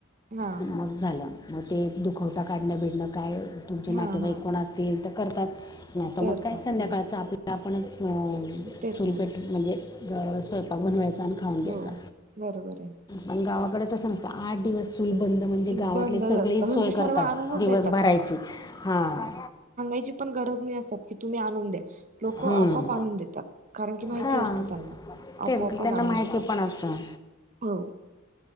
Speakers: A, on the right; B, on the left.
A: हा
B: मग झालं. मग ते दुखवटा काढणं-बिडणं काय तुमचे नातेवाईक
A: हा हा
B: कोण
A: बस
B: असतील तर करतात. नाही तर
A: ते
B: मग
A: करतात
B: काय संध्याकाळचं
A: हो
B: आपल्या आपणच
A: तेच
B: चुल
A: ना
B: पेट म्हणजे अ.. स्वयंपाक बनवायचा आणि खाऊन घ्यायचा,
A: हो बरोबर
B: पण गावा कड तसं नसतं आठ दिवस चूलबंद म्हणजे
A: आहे
B: गावातले
A: बंदच
B: सगळे
A: असतं म्हणजे
B: सोय
A: सर्व
B: करतात
A: आणूनच
B: दिवसभराची
A: देतात
B: हां.
A: तेची गरज नाही अस की तुम्ही आणून द्या. लोक
B: हं.
A: आपोआप आणून देतात, कारण की माहिती
B: हां
A: असत त्यांना आपोआपच
B: तेच त्यांना
A: आणून
B: माहिती
A: देतात.
B: पण असतं
A: हो